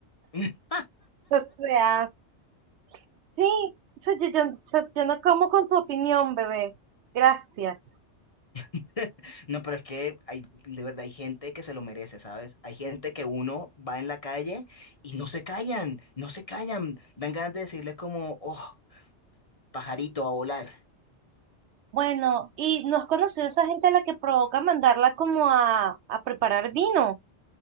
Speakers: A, on the left; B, on the right.
A: <laughs>
B: O sea, sí, o sea, yo, yo, o sea, yo no como con tu opinión, bebé. Gracias.
A: <laughs> No, pero es que hay, de verdad, hay gente que se lo merece, ¿sabes? Hay gente que uno va en la calle y no se callan, no se callan. Dan ganas de decirles como, oh, pajarito a volar.
B: Bueno, ¿y no has conocido a esa gente a la que provoca mandarla como a, a preparar vino?